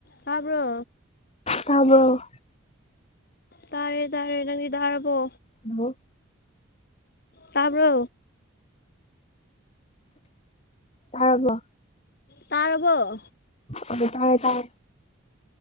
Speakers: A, on the left; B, on the left.
A: ꯍꯥꯥꯕ꯭ꯔꯣ
B: ꯇꯥꯕ꯭ꯔꯣ
A: ꯇꯥꯔꯦ ꯇꯥꯔꯦ ꯅꯪꯒꯤ ꯊꯥꯔꯕꯣ
B: ꯍꯜꯂꯣ
A: ꯇꯥꯕꯣ
B: ꯇꯔꯔꯕꯣ
A: ꯇꯥꯔꯔꯕꯣ
B: ꯑ ꯇꯥꯔꯦ ꯇꯥꯔꯦ